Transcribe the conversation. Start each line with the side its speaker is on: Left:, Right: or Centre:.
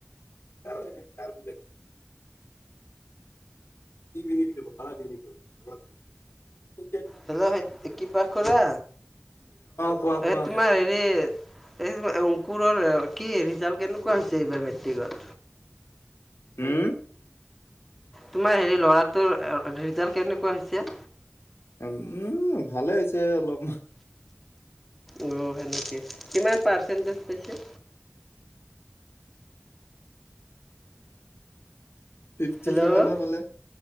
Left: পাব্লিক। <unintelligible> <inaudible> অ',
Centre: হেল্ল' কিবা খুৰা
Left: কোৱা, কোৱা।
Centre: এই তোমাৰ হেৰি এই অংকুৰৰ কি ৰিজাল্ট কেনেকুৱা হৈছে এইবাৰ মেট্ৰিকত
Left: <inaudible> উম।
Centre: তোমাৰ হেৰি ল'ৰাটোৰ অ, ৰিজাল্ট কেনেকুৱা হৈছে?
Left: উম, ভালে হৈছে অলপ।
Centre: উম, সেনকে, কিমান পাৰ্চেণ্টেজ পাইছে?
Left: ফিফটি
Centre: হেল্ল'
Left: কিমানৰ ক'লে?